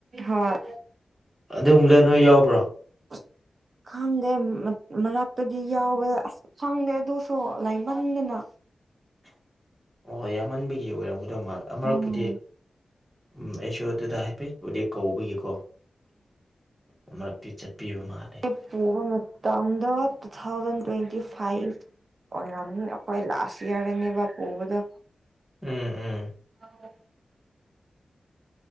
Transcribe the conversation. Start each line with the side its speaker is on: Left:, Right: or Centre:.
Right: ꯍꯣꯏ
Centre: ꯑꯗꯨꯒꯨꯝꯕꯗ ꯅꯣꯏ ꯌꯥꯎꯕ꯭ꯔꯣ
Right: ꯍ ꯈꯪꯗꯦ ꯃꯔꯛꯇꯗꯤ ꯌꯥꯎꯋꯦ ꯑꯁ ꯈꯪꯗꯦ ꯑꯗꯨꯁꯨ ꯂꯥꯏꯔꯤꯛ ꯃꯍꯟꯗꯅ
Centre: ꯍꯣꯏ ꯌꯥꯝꯃꯟꯕꯒꯤ ꯑꯣꯏꯔꯝꯒꯗꯧ ꯃꯥꯜ ꯑꯃꯔꯛꯄꯨꯗꯤ
Right: ꯎꯝ ꯎꯝ
Centre: ꯎꯝ ꯑꯩꯁꯨ ꯑꯗꯨꯗ ꯍꯥꯏ ꯐꯦ ꯗꯦꯛ ꯀꯧꯕꯒꯤꯀꯣ ꯑꯃꯨꯔꯛꯇꯤ ꯆꯠꯄꯤꯕ ꯃꯥꯜꯂꯦ
Right: ꯎꯝ ꯄꯕ ꯇꯗ ꯇꯨ ꯊꯥꯎꯖꯟ ꯇ꯭ꯋꯦꯟꯇꯤ ꯐꯥꯏꯚ ꯑꯣꯏꯔꯥꯝꯃꯤ ꯑꯩꯈꯣꯏ ꯂꯥꯁ ꯏꯌꯥꯔꯅꯦꯕ ꯄꯨꯕꯗꯣ
Centre: ꯎꯝ ꯎꯝ
Right: <unintelligible>